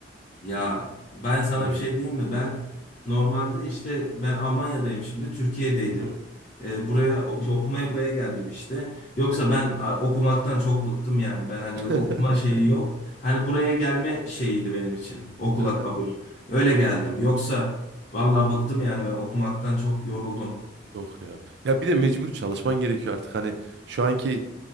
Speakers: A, on the left; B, on the right.
A: Ya
B: Ee,
A: ben sana
B: bilmiyorum.
A: bir şey diyeyim mi? Ben normalde işte ben Almanya'dayım şimdi. Türkiye'deydim.
B: Hı hı.
A: Ee, buraya o- okumaya buraya geldim işte. Yoksa ben
B: Hı hı.
A: a, okumaktan çok bıktım yani. Ben hani
B: <laughs>
A: öyle okuma şeyi yok. Hani buraya gelme şeyiydi benim için. Okula
B: Hı hı.
A: kabul. Öyle geldim. Yoksa vallahi bıktım yani ben okumaktan çok yoruldum.
B: Yok ya. Ya bir de mecbur çalışman gerekiyor artık. Hani şu anki